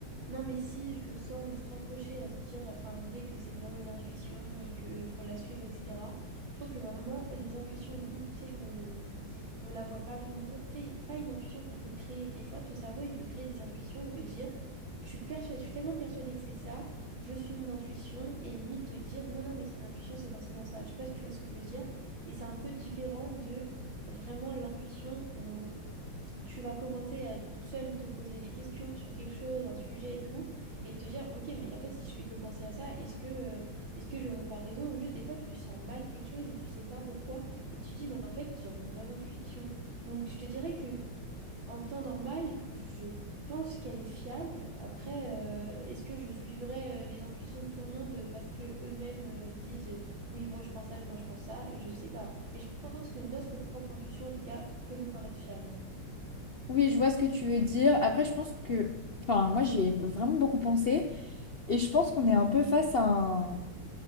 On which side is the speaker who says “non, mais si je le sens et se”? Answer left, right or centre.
Right